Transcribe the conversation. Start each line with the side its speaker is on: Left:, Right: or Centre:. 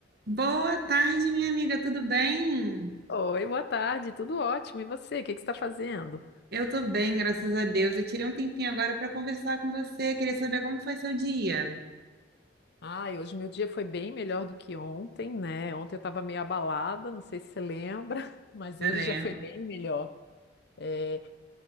Right: Boa tarde, minha amiga, tudo bem?
Left: Oi, boa tarde, tudo ótimo. E você, o que que você está fazendo?
Right: Eu tô bem, graças a Deus. Eu tirei um tempinho agora para conversar com você. Queria saber como foi seu dia.
Left: Ai, hoje meu dia foi bem melhor do que ontem, né? Ontem eu estava meio abalada, não sei se você lembra, <laughs> mas hoje
Right: Lembro.
Left: já foi bem melhor. É,